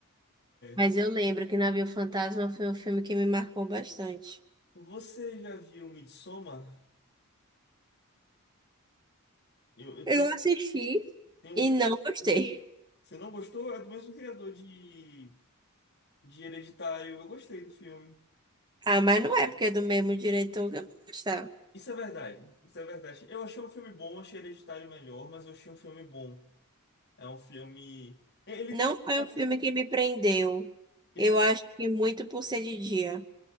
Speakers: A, on the right; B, on the left.
A: Mas
B: É.
A: eu lembro que Navio Fantasma foi um filme que me marcou bastante.
B: Você já viu Midsommar? Eu, eu
A: Eu
B: tenho,
A: assisti
B: tenho,
A: e
B: tenho...
A: não gostei.
B: Você não gostou? É do mesmo criador de, de Hereditário. Eu gostei do filme.
A: Ah, mas não é porque é do mesmo diretor que eu vou gostar.
B: Isso é verdade. Isso é verdade. Eu achei um filme bom, achei Hereditário melhor, mas eu achei um filme bom. É um filme. Ele
A: Não
B: tem uma proposta.
A: foi um filme que me prendeu.
B: Ele
A: Eu acho que muito por ser de dia.